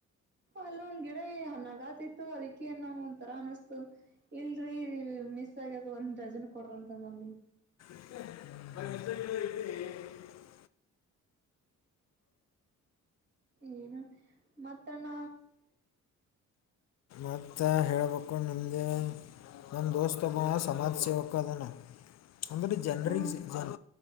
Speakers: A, on the right; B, on the left.
A: ಅಲ್ಲ ಒಂದ್ ಗಿಡ ಹನ್ನಗತಿ. ಅದಕ್ಕೆೇ ನಾವು ಒಂಥರ ಅನಿಸ್ತು. ಇಲ್ರರಿ ಮಿಸ್ ಆಗ್ಯದ ಒಂದ್ ಡಜನ್ ಕೊಡ್ರ ಅಂತಂದ.
B: ಹ್ಮ್.
A: ಏನು ಮತ್ತಣ್ಣ.
B: ಮತ್ತು ಹೇಳಳ್ಬೇಕು ನಮದೇ ನನ್ನ ದೋಸ್ತಬ್ಬ ಸಮಾಜ ಸೇವಕ ಅದಾನ. ಅಂದ್ರೆ ಜನ್ರಿಗೆ
A: ಹ್ಮ
B: ಜನ್